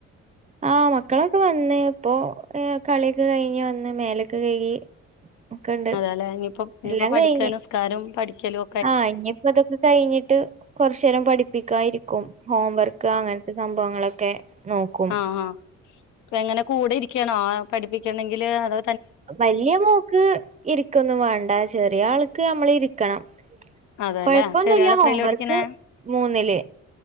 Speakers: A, on the right; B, on the left.
A: ആഹ് മക്കളൊക്കെ വന്ന് ഇപ്പൊ കളിയൊക്കെ കഴിഞ്ഞ് വന്ന് മേലൊക്കെ കഴുകി ഒക്കെണ്ട്
B: അതെലെ ഇഞ്ഞിപ്പൊ ഇഞ്ഞിപ്പൊ
A: എല്ലാം
B: പഠിക്കാ
A: കഴിഞ്ഞ്
B: നിസ്കാരം പഠിക്കലൊ
A: ആഹ് ഇഞ്ഞിപ്പോ ഇതൊക്കെ കഴിഞ്ഞിട്ട് കൊറച്ചേരം പഠിപ്പിക്കാ ഇരിക്കും ഹോം വർക്ക് അങ്ങൻത്തെ സംഭവങ്ങളൊക്കെ നോക്കും
B: ആഹഹാ എങ്ങനെ കൂടെ ഇരിക്കണോ പഠിപ്പിക്കണെങ്കില് അതൊ
A: വല്ല്യ മോക്ക് ഇരിക്കൊന്നും വാണ്ട ചെറിയ ആൾക്ക് അമ്മള് ഇരിക്കണം
B: അതെല്ലേ
A: കൊഴപ്പൊന്നുല്ല
B: ചെറിയാള് എത്രയിലാ
A: ഹോംവർക്ക്
B: പഠിക്കണേ
A: മൂന്നില്